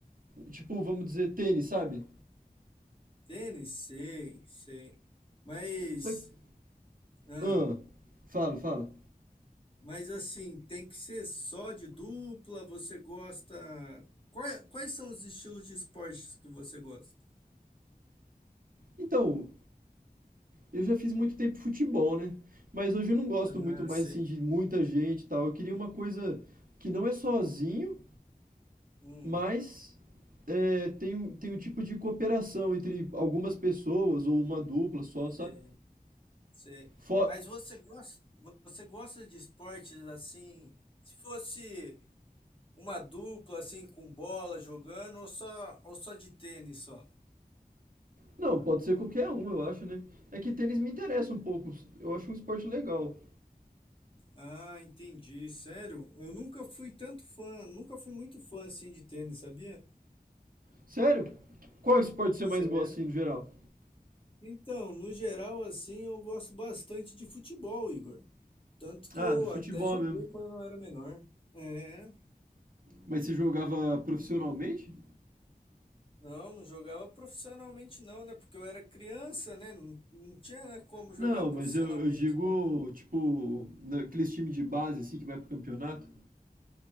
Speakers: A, on the right; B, on the left.
A: Tipo, vamos dizer, tênis, sabe?
B: Tênis, sei, sei. Mas,
A: Só que.
B: ah,
A: Ah, fala, fala.
B: mas assim, tem que ser só de dupla? Você gosta. Quais, quais são os estilos de esportes que você gosta?
A: Então, eu já fiz muito tempo futebol, né? Mas hoje eu não gosto
B: Ah,
A: muito mais
B: sei.
A: assim de muita gente e tal. Eu queria uma coisa que não é sozinho,
B: Hum,
A: mas é, tem, um- tem um tipo de cooperação entre algumas pessoas ou uma dupla só, sabe?
B: sei, sei.
A: Fo-
B: Mas você gosta, você gosta de esportes assim? Se fosse. Uma dupla assim com bola jogando ou só ou só de tênis só?
A: Não, pode ser qualquer um, eu acho, né? É que tênis me interessa um pouco. Eu acho um esporte legal.
B: Ah, entendi. Sério? Eu nunca fui tanto fã, nunca fui muito fã assim de tênis, sabia?
A: Sério? Qual esporte você
B: Sério?
A: mais gosta, assim, no geral?
B: Então, no geral assim, eu gosto bastante de futebol, Igor. Tanto que
A: Ah,
B: eu
A: do futebol
B: até joguei
A: mesmo.
B: quando eu era menor. É.
A: Mas você jogava profissionalmente?
B: Não, não jogava profissionalmente não, né? Porque eu era criança, né? Não, não tinha, né, como jogar
A: Não,
B: profissionalmente,
A: mas eu, eu digo,
B: né?
A: tipo, naqueles times de base, assim, que vai pro campeonato.